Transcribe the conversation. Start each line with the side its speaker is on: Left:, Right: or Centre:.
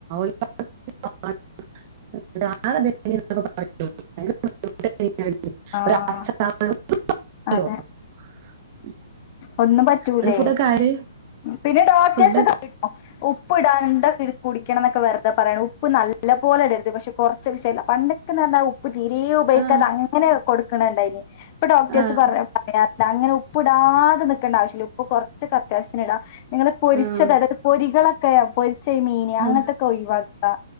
Right: <unintelligible> <unintelligible>
Left: ആഹ്
Right: <unintelligible>
Left: അതെ ഒന്നും പറ്റൂലെ
Right: അവിടെ ഫുഡൊക്കെ ആര്
Left: പിന്നെ ഡോക്ട്ടേഴ്‌സ്
Right: ഫുഡ്
Left: ഒക്കെ <unintelligible> ഓ ഉപ്പിടാണ്ട കുടിക്കണന്നൊക്കെ പറ പറയ്ണ് ഉപ്പ്‌ നല്ല പോലെ ഇടരുത് പക്ഷെ കൊറച്ചല വ്ശ്യയല പണ്ടൊക്കെ ന്ന് പറഞ്ഞാ ഉപ്പ്‌ തീരെ ഉപയോഗിക്കാതെ
Right: ആഹ്
Left: അങ്ങനെ കൊടു ക്കണണ്ടയ്ൻ ഇപ്പൊ ഡോക്ടേയ്സ്
Right: ആഹ്
Left: പറന് പറയാ അങ്ങനെ ഉപ്പിട ടാതെ നിക്കണ്ട ആവിശ്യല്ല ഉപ്പ് കൊറച്ചൊക്കെ അത്യാവിശ്യത്തിന് ഇടാ നിങ്ങള് പൊരിച്ച
Right: ആഹ്
Left: തരം പൊരികളാ ക്കയാ പൊരി ച്ചെമീൻ അങ്ങനത്തൊക്കെ
Right: ആഹ്
Left: ഒഴിവാക്കാ